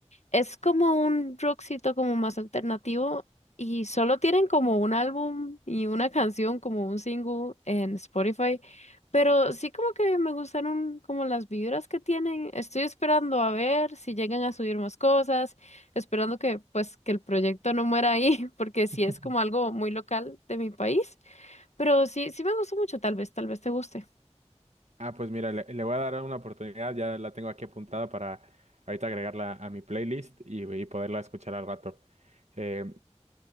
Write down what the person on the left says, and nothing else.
Es como un rockcito como más alternativo y solo tienen como un álbum y una canción como un single en Spotify, pero sí como que me gustaron como las vibras que tienen. Estoy esperando a ver si llegan a subir más cosas, esperando que pues que el proyecto no muera ahí, <laughs> porque
sí es como algo muy local de mi país, pero sí sí me gustó mucho, tal vez tal vez te guste.